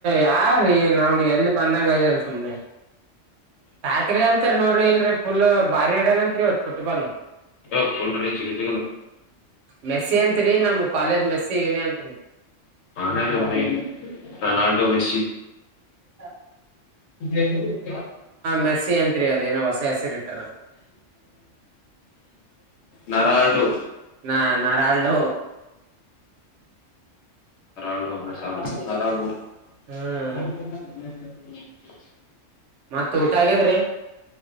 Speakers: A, on the right; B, on the left.
A: ಯಾರೀ ನಾ್ ಎಲ್ಲಿ ಬಂದಂಗಗ್ಯಲ್ ಸುಮ್ನೆ ಸಕ್ರಿ ಅಂತತ್ರಿ ನೋಡ್ರಿ ಇಲ್ರರಿ ಫುಲ್ ಬಾರಿ ಆಡನ್ಂತ್ರಿ ಇವತ್ ಫುಟ್ಬಾಲ್
B: ಹ ಪಲ್್ರೀ ಚಗಗ
A: ಮೆಸ್ಸಿ ಅಂತ್ರಿ ನಮ್ ಕಾಲೇಜ್ ಮೆಸ್ಸಿ ಇವನಿ ಅಂತ್ರಿ
B: ಆಾನ ರೋನಿ ರೊನಾಾಲ್ಡೊ ಮೆಸಿ
A: ಹ ಹ
B: <inaudible> ಹ್ಮ್
A: ಮೆಸ್ಸಿ ಅಂತ್ರಿ ಅದೇನೋ ಹೊಸ ಹೆಸರಿ ಇಟ್ಟಾರ
B: ನೆರಾಲ್ಡೋ
A: ನಾ ನಾರಾಲ್ಡೋ
B: ಅರಲ್ಡೋ ಅರಾಡೋ.
A: ಹ್ಮ್
B: <unintelligible>
A: ಮತ್ತ ಊಟ ಆಗದ್ರಿ